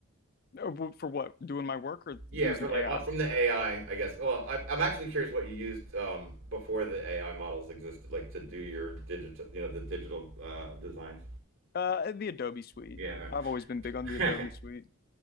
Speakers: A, on the left; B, on the right.
A: uh, for what, doing my work or
B: Yeah,
A: using
B: for like
A: AI?
B: uh, from the AI, I I guess. Well, I, I'm actually curious what you used um, before the AI models existed, like to do your digital, you know, the digital uh, designs.
A: Uh, the Adobe Suite.
B: Yeah,
A: I've always been big on the Adobe
B: all right.
A: Suite.